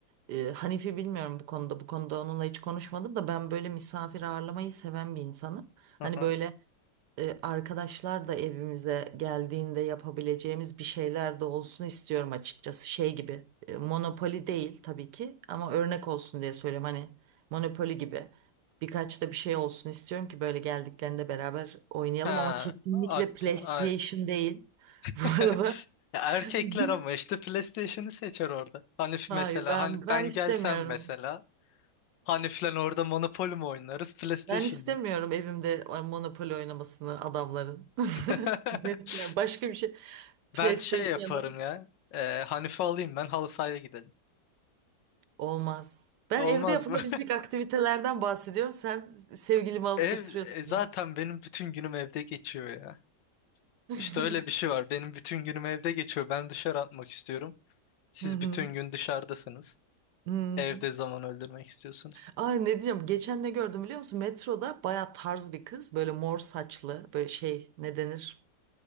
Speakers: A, on the right; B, on the left.
A: e, Hanifi bilmiyorum bu konuda. Bu konuda onunla hiç konuşmadım da ben böyle misafir ağırlamayı seven bir insanım. Hani
B: Hı hı.
A: böyle e, arkadaşlar da evimize geldiğinde yapabileceğimiz bir şeyler de olsun istiyorum açıkçası. Şey gibi e, Monopoly değil tabii ki ama örnek olsun diye söylüyorum hani Monopoly gibi birkaç da bir şey olsun istiyorum ki böyle geldiklerinde beraber oynayalım
B: Ha,
A: ama kesinlikle
B: akti-
A: PlayStation
B: a-
A: değil. <laughs> Bu
B: <laughs>
A: arada
B: Ya Erkekler
A: <laughs>
B: ama işte PlayStation'ı seçer orada. Hanif
A: hayır
B: mesela
A: ben
B: hani
A: ben
B: ben
A: istemiyorum.
B: gelsem mesela Hanif'le orada Monopoly mi oynarız PlayStation
A: Ben istemiyorum
B: mı?
A: evimde Monopoly oynamasını adamların.
B: <laughs>
A: <laughs> Net yani başka bir şey
B: Ben
A: PlayStation
B: şey yaparım
A: ya da
B: ya. E, Hanif'i alayım ben halı sahaya gidelim.
A: Olmaz. Ben
B: Olmaz
A: evde yapılabilecek
B: mı?
A: aktivitelerden bahsediyorum. Sen sevgilimi
B: <laughs>
A: alıp
B: Ev
A: götürüyorsun
B: e, zaten
A: ya.
B: benim bütün günüm evde geçiyor ya.
A: <laughs>
B: İşte öyle bir şey var. Benim bütün günüm evde geçiyor. Ben dışarı atmak istiyorum. Siz
A: Hı hı.
B: bütün gün dışarıdasınız.
A: Hı.
B: Evde zaman öldürmek istiyorsunuz.
A: Ay ne diyeceğim? Geçen ne gördüm biliyor musun? Metroda baya tarz bir kız. Böyle mor saçlı. Böyle şey ne denir?